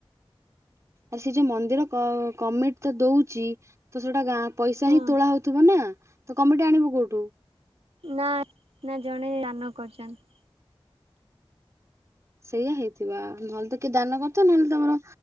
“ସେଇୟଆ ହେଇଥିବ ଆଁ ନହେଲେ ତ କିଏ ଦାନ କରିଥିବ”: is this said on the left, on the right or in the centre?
Right